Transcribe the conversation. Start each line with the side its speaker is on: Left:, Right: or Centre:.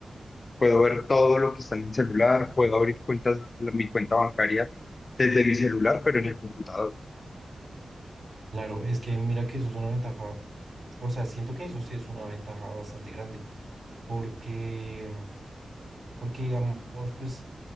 Left: Puedo ver todo lo que está en el celular, puedo abrir cuentas, la- mi cuenta bancaria desde mi celular, pero en el computador.
Right: Claro, es que mira que eso es una ventaja, o sea, siento que eso sí es una ventaja bastante grande porque, porque digamos, pues